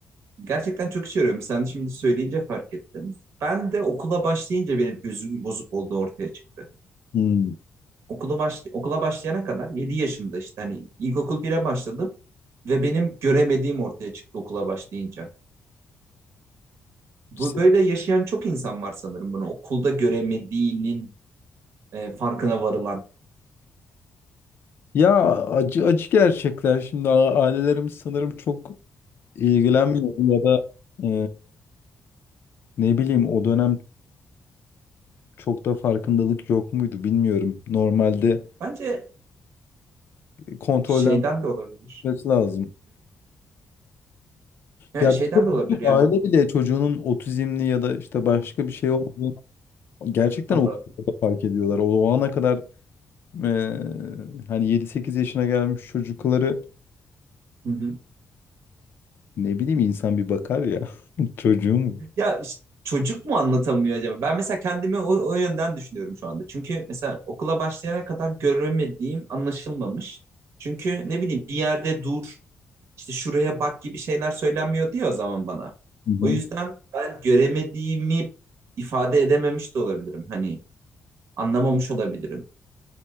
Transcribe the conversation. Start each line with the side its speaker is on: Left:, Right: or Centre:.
Right: gerçekten çok işe yarıyorum. Sen şimdi söyleyince fark ettim. Ben de okula başlayınca benim gözüm bozuk olduğu ortaya çıktı.
Left: Hmm.
Right: Okula, baş, okula başlayana kadar 7 yaşında işte hani ilkokul 1'e başladım ve benim göremediğim ortaya çıktı okula başlayınca. Bu
Left: Se-
Right: böyle yaşayan çok insan var sanırım bunu. Okulda göremediğinin e, farkına varılan.
Left: Ya acı acı gerçekler. Şimdi a- ailelerimiz sanırım çok ilgilenmiyor ya da e, ne bileyim o dönem çok da farkındalık yok muydu bilmiyorum. Normalde
Right: Bence
Left: kontrolden
Right: şeyden de olabilir.
Left: kalkması lazım.
Right: Evet,
Left: Ya
Right: şeyden
Left: birçok
Right: de olabilir
Left: birçok
Right: yani.
Left: aile bile çocuğunun otizmli ya da işte başka bir şey olduğunu gerçekten
Right: Allah.
Left: o kadar da fark ediyorlar. O, o ana kadar eee, hani yedi sekiz yaşına gelmiş çocukları
Right: Hı hı.
Left: ne bileyim insan bir bakar ya <laughs> çocuğum bu.
Right: Ya işte çocuk mu anlatamıyor acaba? Ben mesela kendimi o, o yönden düşünüyorum şu anda. Çünkü mesela okula başlayana kadar göremediğim anlaşılmamış. Çünkü ne bileyim bir yerde dur, işte şuraya bak gibi şeyler söylenmiyor diyor o zaman bana.
Left: Hı hı.
Right: O yüzden ben göremediğimi ifade edememiş de olabilirim. Hani anlamamış olabilirim.